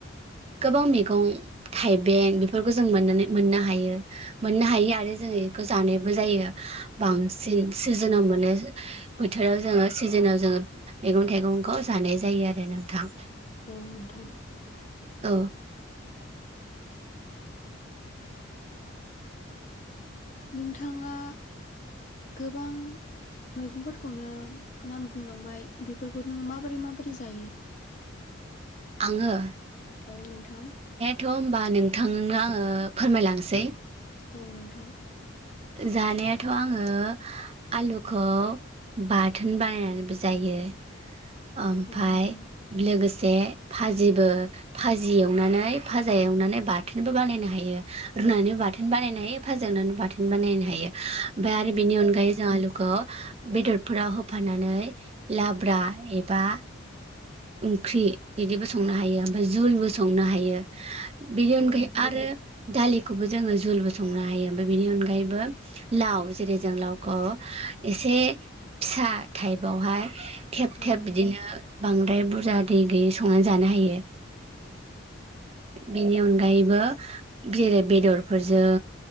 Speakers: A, on the right; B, on the left.
A: गोबां मैगं थाइबें बेफोरखौ जों मोनो मोननो हायो मोननो हायो आरो जोङो इखौ जानायबो जायो बांसिन सिजिन नाव मोनो बोथोराव जोङो सिजोनाव जोङो मैगं थाइगंखौ जानाय जायो आरो नोंथां
B: औ नोंथां <inaudible>
A: औ
B: नोंथाङा गोबां मैगंफोरखौनो नाम बुंलांबाय बेफोरखौ नोङो माबोरै माबोरै जायो?
A: आङो
B: औ नोंथां ।
A: थ' होमबा नोंथांनो आङो फोरमायलांसै ।
B: औ नोंथां ।
A: जानायाथ' आङो आलुखौ बाथोन बानायनानैबो जायो ओमफ्राय
B: औ नोंथां
A: लोगोसे भाजिबो भाजि एवनानै फाजा एवनानै बाथोनबो बानायनो हायो रुनानै ब बाथोन बानायनो हायो फाजा एवनानैबो बाथोन बानायनो हायो ओमफ्राय
B: औ
A: आरो बिनि
B: नोंथां
A: अनगायै जों आलुखौ बेदरफोराव होफानानै लाब्रा एबा ओंख्रि बिदिबो संनो हायो ओमफ्राय जझुलबो संनो हायो । बेनि
B: औ
A: अनगायै
B: नोंथां
A: आरो दालिखौबो जोङो जुलबो संनो हायो ओमफ्राय बेनि अनगायै बो लाव जेरै जों लावखौ एसे फिसा टाइपावहाय थेब
B: औ नोंथां औ
A: थेब
B: नोंथां
A: बिदिनो बां द्राय बुरजा दै गैयै सं जानो हायो बेनि अनायैबो जेरै बेदरफोरजों